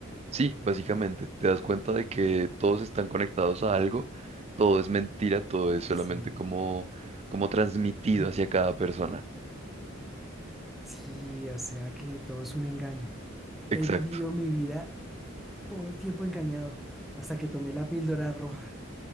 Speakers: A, on the right; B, in the centre.
A: Sí, básicamente, te das cuenta de que todos están conectados a algo, todo es mentira, todo es solamente
B: Sí.
A: como, como transmitido
B: <clears throat>
A: hacia cada persona.
B: Sí, o sea que todo es un engaño. He
A: Exacto,
B: vivido mi vida todo el tiempo engañado, hasta que tomé la píldora roja.